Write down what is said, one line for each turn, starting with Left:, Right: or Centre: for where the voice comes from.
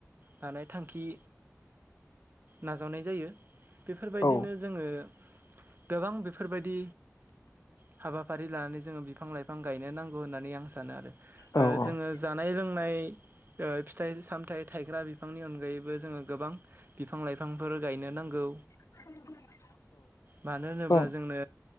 Right: हानाय थांखि नाजावनाय जायो बेफोरबायदिनो
Left: औ
Right: जोङो गोबां बेफोरबायदि हाबाफारि लानानै जोङो बिफां लाइफां गायनो नांग गौ आं सानो आरो
Left: औ औ
Right: जोङो जानाय-लोंनाय फिथाइ सामथाइ थायग्रा बिफांनि अनगायैबो जोङो गोबां बिफां लाइफांफोर गायनो नांगौ।
Left: <inaudible>
Right: मानो होनोब्ला
Left: ओं
Right: जोंनो